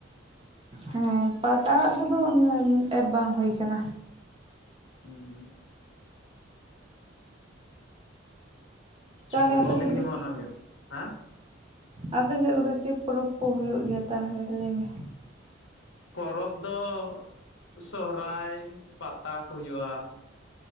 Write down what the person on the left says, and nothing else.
ᱦᱸᱸᱸ
ᱞᱚᱞᱚ
ᱫᱤᱱ
ᱜᱮᱢᱟ
ᱚᱱᱟ ᱦᱩᱭᱩᱜ, ᱦᱮᱸ
ᱯᱚᱨᱚᱵᱽ ᱫᱚ ᱥᱚᱦᱨᱟᱭ ᱯᱟᱛᱟ ᱠᱚ ᱦᱩᱭᱩᱜᱼᱟ᱾